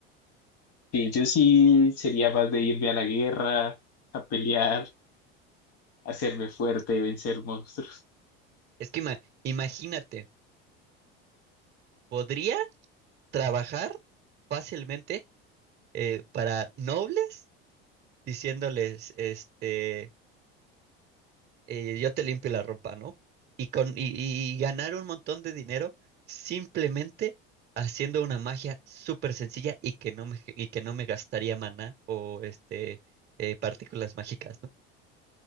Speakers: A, on the left (about 55°); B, on the right (about 35°).
A: Sí, yo sí sería más de irme a la guerra, a pelear, hacerme fuerte, vencer monstruos.
B: Es que ima- imagínate, podría trabajar fácilmente eh, para nobles diciéndoles, este eh, yo te limpio la ropa, ¿no? Y, con, y, y ganar un montón de dinero simplemente haciendo una magia súper sencilla y que no me, y que no me gastaría maná o este, eh, partículas mágicas, ¿no?